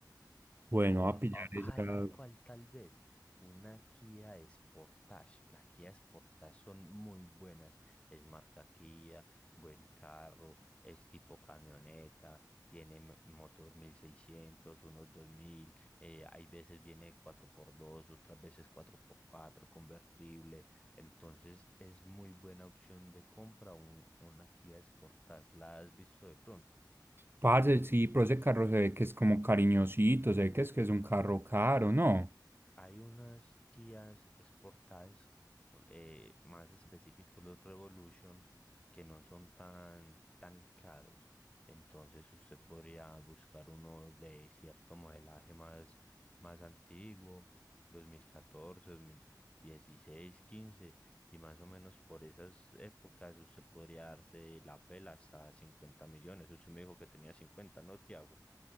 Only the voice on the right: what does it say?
bueno,
voy
a pillar
esa.
Parce, sí, pero ese carro se ve que es como cariñosito, se ve que es que es un carro caro, ¿no?